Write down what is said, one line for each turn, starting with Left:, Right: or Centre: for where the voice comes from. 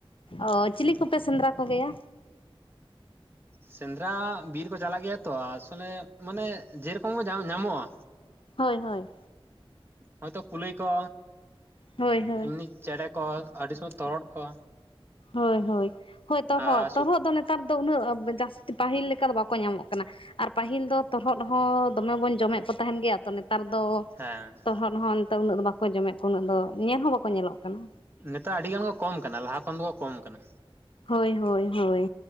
Left: ᱚᱻ ᱪᱤᱞᱤ ᱠᱚᱯᱮ ᱥᱮᱸᱫᱽᱨᱟ ᱠᱚ ᱜᱮᱭᱟ?
Right: ᱥᱮᱸᱫᱽᱨᱟ ᱵᱤᱨ ᱠᱚ ᱪᱟᱞᱟᱜ ᱜᱮᱭᱟ ᱛᱚ ᱟᱥᱚᱞᱮ ᱢᱟᱱᱮ ᱡᱮ ᱨᱚᱠᱚᱢ ᱧᱟᱢᱚᱜᱼᱟ
Left: ᱦᱳᱭ ᱦᱳᱭ᱾
Right: ᱦᱳᱭᱛᱚ ᱠᱩᱞᱩᱞᱟᱹᱭ ᱠᱚ
Left: ᱦᱳᱭ ᱦᱳᱭ
Right: ᱮᱢᱱᱤ ᱪᱮᱬᱮ ᱠᱚ ᱟᱹᱰᱤ ᱥᱚᱢᱚᱭ ᱛᱚᱨᱚᱫ ᱠᱚ
Left: ᱦᱳᱭ ᱦᱳᱭ ᱦᱳᱭ ᱛᱚᱨᱦᱚᱫ
Right: ᱟᱨ
Left: ᱛᱚᱨᱦᱚᱫ
Right: ᱥᱩᱠ
Left: ᱫᱚ ᱱᱮᱛᱟᱨ ᱫᱚ ᱩᱱᱟᱹᱜ ᱡᱟᱹᱥᱛᱤ ᱯᱟᱹᱦᱤᱞ ᱞᱮᱠᱟ ᱫᱚ ᱵᱟᱠᱚ ᱧᱟᱢᱚᱜ ᱠᱟᱱᱟ᱾ ᱟᱨ ᱯᱟᱹᱦᱤᱞ ᱫᱚ ᱛᱚᱨᱦᱚᱫ ᱦᱚᱸ ᱫᱚᱢᱮ ᱵᱚᱱ ᱡᱚᱢᱮᱫ ᱠᱚ ᱛᱟᱦᱮᱸᱱ ᱜᱮᱭᱟ ᱛᱚ ᱱᱮᱛᱟᱨ ᱫᱚ
Right: ᱦᱮᱸ᱾
Left: ᱛᱚᱨᱦᱚᱫ ᱦᱚᱸ ᱱᱮᱛᱟᱨ ᱩᱱᱟᱹᱜ ᱫᱚ ᱵᱟᱠᱚ ᱡᱚᱢᱮᱫ ᱠᱚᱣᱟ ᱩᱱᱟᱹᱜ ᱫᱚ ᱧᱮᱞ ᱦᱚᱸ ᱵᱟᱠᱚ ᱧᱮᱞᱚᱜ ᱠᱟᱱᱟ᱾
Right: ᱱᱮᱛᱟᱨ ᱟᱹᱰᱤ ᱜᱟᱱ ᱠᱚ ᱠᱚᱢ ᱠᱟᱱᱟ ᱞᱟᱦᱟ ᱠᱷᱚᱱ ᱫᱚᱠᱚ ᱠᱚᱢ ᱠᱟᱱᱟ᱾
Left: ᱦᱳᱭ ᱦᱳᱭ ᱦᱳᱭ